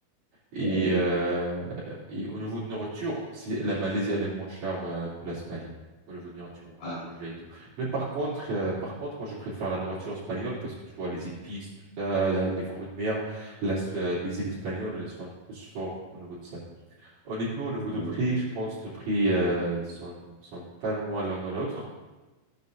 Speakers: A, on the right (about 60°); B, on the left (about 75°).
A: Et,
B: ouais.
A: euh, et au niveau de nourriture, c'est- la Malaisie, elle est moins chère euh, que l'Espagne, au niveau de nourriture,
B: Ah,
A: pour manger et tout. Mais par contre, euh, par contre, moi, je préfère la nourriture espagnole parce que tu vois, les épices, tout ça, la- les fruits de mer, la- euh, les îles espagnoles, elles sont plus fortes au niveau de ça. Honnêtement, au niveau
B: ouais.
A: du prix, je pense le prix euh, sont, sont pas loin l'un de l'autre.